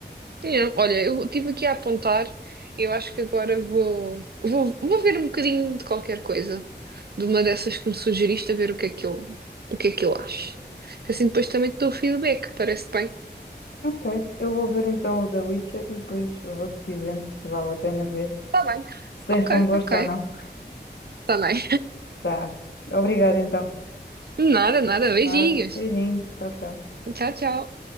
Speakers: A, on the right; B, on the left.
A: Sim, olha, eu tive aqui a apontar. Eu acho que agora vou, vou, vou ver um bocadinho de qualquer coisa, de uma dessas que me sugeriste, a ver o que é que eu, o que é que eu acho. Que assim depois também te dou o feedback, parece bem.
B: Ok, eu vou ver então o The Witcher e depois eu vou-te dizendo se vale a pena ver
A: Tá bem.
B: se tens
A: Ok,
B: bom gosto
A: ok.
B: ou não.
A: Tá bem.
B: Tá. Obrigada então.
A: <laughs> Nada, nada. Beijinhos.
B: Nada. Beijinhos. Tchau, tchau.
A: Tchau, tchau.